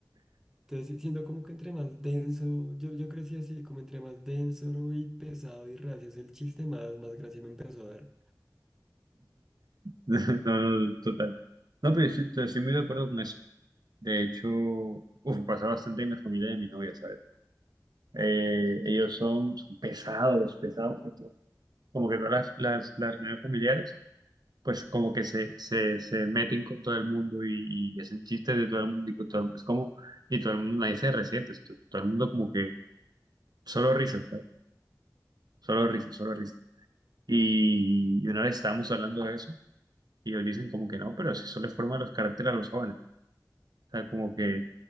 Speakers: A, in the centre; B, on the right (about 65°).
A: Entonces, sí, siendo como que entre más denso, yo, yo crecí así, como entre más denso y pesado y reacio el chiste, más, más gracia me empezó a dar.
B: No, no, no, total. No, pero yo estoy, estoy muy de acuerdo con eso. De hecho, uf, pasa bastante en la familia de mi novia, ¿sabes? Eh, ellos son, son pesados, pesados, pesados. Como que todas las, las, las reuniones familiares. pues como que se, se, se meten con todo el mundo y, y hacen chistes de todo el mundo y con todo el mundo. Es como, y todo el mundo, nadie se resiente, es to- todo el mundo como que solo risas, ¿sabes? Solo risas, solo risas. Y, y una vez estábamos hablando de eso y ellos dicen como que no, pero si eso le forma los caracteres a los jóvenes. O sea, como que